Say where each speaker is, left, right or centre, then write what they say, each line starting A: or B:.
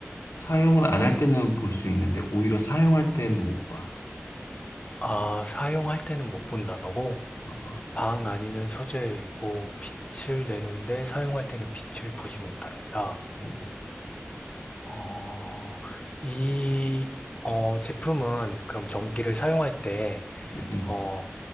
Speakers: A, on the left; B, on the left.
A: 사용을 안 할 때는 볼 수 있는데 오히려 사용할 때는 못 봐.
B: 아, 사용할 때는 못 본다고?
A: 어,
B: 방 아니면 서재에 있고, 빛을 내는데 사용할 때는 빛을 보지 못한다.
A: 뭐,
B: 어, 이, 어, 제품은 그럼 전기를 사용할 때,
A: 음, 음.
B: 어,